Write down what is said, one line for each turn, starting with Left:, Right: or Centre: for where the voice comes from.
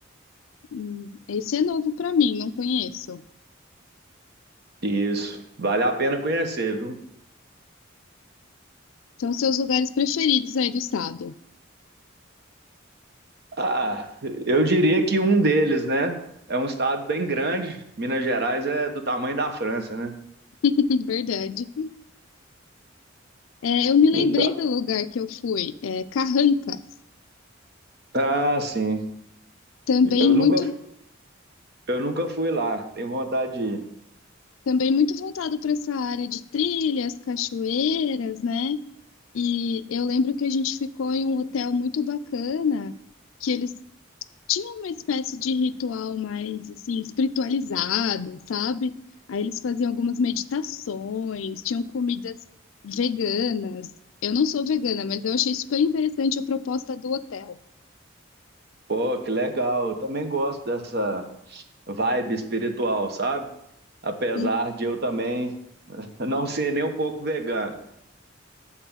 Left: Hum, esse é novo para mim, não conheço.
Right: Isso, vale a pena conhecer, viu?
Left: São seus lugares preferidos aí do estado.
Right: Ah, eu diria que um deles, né? É um estado bem grande. Minas Gerais é do tamanho da França, né?
Left: <laughs> Verdade. É, eu me lembrei
Right: Então,
Left: do lugar que eu fui, é, Carrancas.
Right: Ah, sim.
Left: Também
Right: Eu nunca,
Left: muito
Right: eu nunca fui lá. Tenho vontade de ir.
Left: Também muito voltado para essa área de trilhas, cachoeiras, né? E eu lembro que a gente ficou em um hotel muito bacana, que eles tinham uma espécie de ritual mais assim espiritualizado, sabe? Aí eles faziam algumas meditações, tinham comidas veganas. Eu não sou vegana, mas eu achei super interessante a proposta do hotel.
Right: Pô, que legal. Eu também gosto dessa vibe espiritual, sabe? Apesar
Left: Hum,
Right: de eu também <laughs> não ser nem um pouco vegano.